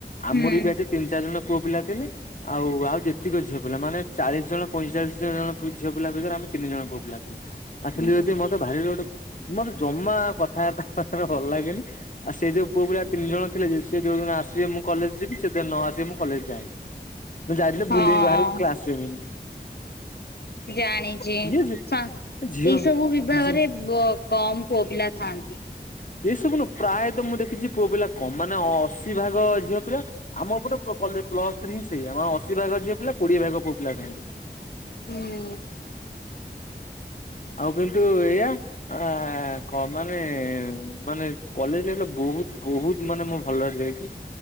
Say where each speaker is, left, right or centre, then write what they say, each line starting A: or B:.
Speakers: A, on the left; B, on the left.
A: ଆମର
B: ହୁଁ
A: ବି ବ୍ୟାଚ ତିନି ଚାରି ଜଣ ପୁଅ ପିଲା ଥିଲେ। ଆଉ ଆଉ ଯେତିକ ଝିଅ ପିଲା ମାନେ ଚାଳିଶ ଜଣ ପଇଁଚାଳିଶ ଜଣ ଝିଅ ପିଲା ଭିତରେ ଆମେ ତିନି ଜଣ ପୁଅ ପିଲା। ଆକ୍ଚୟଲି
B: ହୁଁ
A: ଯଦି ମତେ ଭାରିରେ ଗୋଟେ ମତେ ଜମା କଥା ବ୍ରାତା ହବ ପାଇଁ ଭଲ ଲାଗେନି। ସେ ଯୋଉ ପୁଅ ପିଲା ତିନି ଜଣ ଥିଲେ ସେ ଯଉଦିନ ଆସିବେ ମୁଁ କଲେଜ ଯିବି ଶେଯଦି ନ ଆସିବେ ମୁଁ କଲେଜ ଯି ମୁଁ ଯାଇଥିଲେ
B: ହଁ
A: ବୁଲିବି ବାହାରକୁ କ୍ଲାସ ଯିବିନି।
B: ଜାଣିଛି
A: କିଏ
B: ଏଇ
A: ଝିଅ
B: ସବୁ ବିଭହରେ।
A: ଝିଅ
B: ବ କମ ପୁଅ ପିଲା ଥାଆନ୍ତି।
A: ଏଇସବୁ ନୁଁ ପ୍ରାୟତଃ ମୁଁ ଦେଖିଛି ପୁଅ ପିଲା କମ ମାନେ ଅଶୀ ଭାଗ ଝିଅ ପିଲା। ଆମ ଏପଟେ ପ୍ଲଥ୍ରୀ ହିଁ ସେଇଆ ଆମର ଅଶୀ ଭାଗ ଝିଅ ପିଲା କୋଡିଏ ଭାଗ ପୁଅ ପିଲା ଥାନ୍ତି।
B: ହୁଁ।
A: ଆଉ କିନ୍ତୁ ଏଇଆ। ଆ କ ମାନେ ମାନେ କଲେଜ ହେଲେ ବହୁତ ବହୁତ। ମାନେ ମୁଁ ଭଲ ଯାଇଛି।